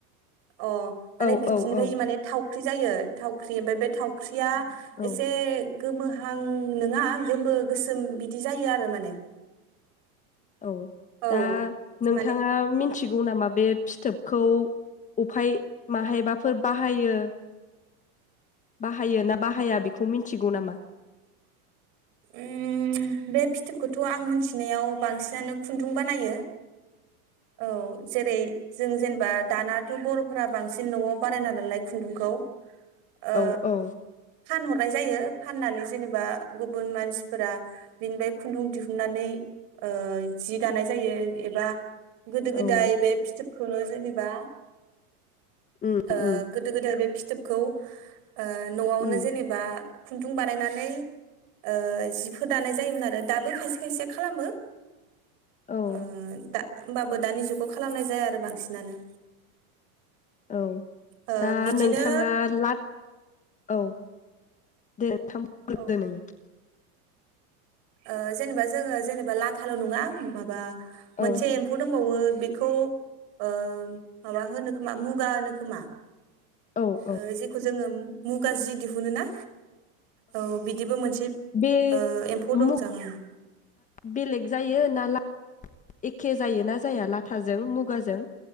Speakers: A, on the right; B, on the left.
A: अ' माने
B: औ
A: बिथिनिफाय
B: औ औ
A: इ माने थाव जायो थावख्रि ओमफ्राय बे थावख्रिया
B: औ
A: एसे गोमो हां नोङा गोमो गोसोम बिदि जायो आरो माने।
B: औ
A: औ
B: दा नोंथाङा
A: माने
B: मिन थिगौ नामा बे फिथोबखौ उफाय माहायबाफोर बाहायो बाहायो ना बाहाया बिखौ मिन्थिगौ नामा।
A: उम बे फिथोबखोथ' आं मोन्थिनायाव बांसिनानो खुन्दुं बानायो। औ जेरै जों जेनबा दानाथ' बर'फोरा बांसिन न'आव बानायना नालाय खुन्दुंखौ। ओ
B: औ औ
A: फानहरनाय जायो फान्नानै जेनेबा गुबुन मानसिफोरा बेनिबाय खुन्दुं दिहुन्नानै ओ जि दानाय जायो एबा गोदो गोदाय
B: औ
A: बे फिथोब खोनो जेनेबा
B: उम
A: ओ
B: उम
A: गोदो गोदाय बे फि थोबखौ ओ ओ न'आवनो
B: उम
A: जेनेबा खुन्दुं बानायनानै ओ जिखौ दानाय जायोमोन आरो दाबो खायसे खायसेया खालामो।
B: औ
A: ओ दा होमबाबो दानि जुगाव खालामनाय जाया आरो बांसिनानो
B: औ
A: ओ
B: दा
A: बिदिनो
B: नोंथाङा लाब औ दे थाम <unintelligible>
A: औ
B: नों
A: ओ जेनेबा जोङो जेनेबा लाथाल' नङा माबा मोनसे
B: औ
A: एम्फौ दंबावो। बेखौ ओ माबा होनो खोमा मुगा होनो खोमा
B: औ औ
A: ओ जेखौ जोङो मुंगा जि दिहुनो ना औ बिदिबो मोनसे
B: बे
A: ओ एम्फौ
B: मु
A: दंजां ओं
B: बेलेग जायो ना ला एखे जायोना जाया लाथाजों मुगाजों?